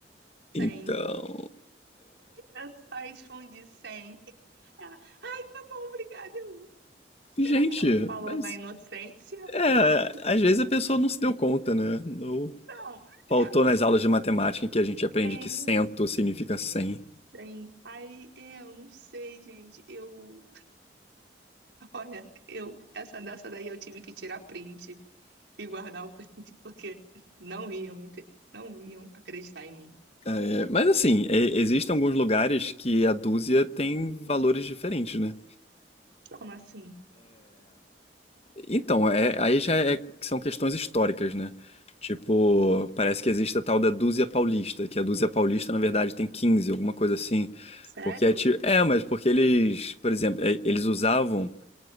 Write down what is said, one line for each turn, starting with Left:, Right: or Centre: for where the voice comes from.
Left: Então,
Right: 100. Eu só respondi 100. Ela, ai, tá bom, obrigada, eu Será
Left: gente,
Right: que ela falou
Left: mas
Right: na inocência?
Left: É,
Right: Ou.
Left: às vezes a pessoa não se deu conta, né? Não
Right: Não,
Left: faltou
Right: é.
Left: nas aulas de matemática em que a gente aprende
Right: É,
Left: que cento significa cem.
Right: tem. Aí, é, eu não sei, gente. Eu. <laughs> Olha, eu. Essa dessa daí eu tive que tirar print e guardar o print, <laughs> porque não iam, ente- não iam acreditar em mim.
Left: É, mas assim, é, existem alguns lugares que a dúzia tem valores diferentes, né?
Right: Como assim?
Left: Então, é, aí já é- são questões históricas, né? Tipo, parece que existe a tal da dúzia paulista, que a dúzia paulista, na verdade, tem 15 alguma coisa assim.
Right: Sério?
Left: Porque é tipo. É, mas porque eles, por exemplo, é, eles usavam